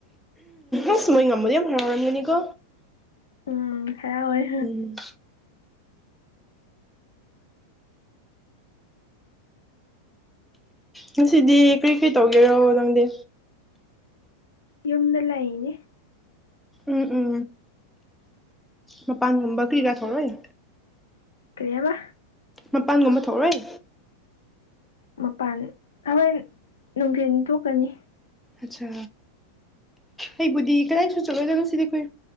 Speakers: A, in the centre; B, on the left.
A: ꯑꯁ ꯃꯣꯏ ꯉꯟꯟꯗꯤ ꯌꯥꯝ ꯉꯟꯕꯅꯤꯀꯣ
B: ꯎꯝ ꯍꯔꯥꯎꯑꯦ
A: ꯎꯝ ꯉꯁꯤꯗꯤ ꯀꯔꯤꯀꯔꯤ ꯇꯧꯒꯦꯔꯣ ꯅꯪꯗꯤ
B: ꯌꯨꯝꯗ ꯂꯩꯏꯅꯤ
A: ꯎꯝ ꯎꯝ ꯃꯄꯥꯟꯒꯨꯝꯕ ꯀꯤꯔ ꯊꯣꯛꯂꯩ
B: ꯀꯩꯌ‍ꯏꯕꯥ
A: ꯃꯄꯥꯟꯒꯨꯝꯕ ꯊꯣꯛꯑꯥꯔꯣꯏ
B: ꯃꯄꯥꯟ ꯍꯣꯔꯦꯟ ꯅꯨꯡꯊꯤꯟ ꯊꯣꯛꯀꯅꯤ
A: ꯑꯆꯥ ꯑꯩꯕꯨꯗꯤ ꯀꯗꯥꯏꯁꯨ ꯆꯠꯂꯣꯏꯗ ꯉꯁꯤꯗꯤ ꯑꯩꯈꯣꯏ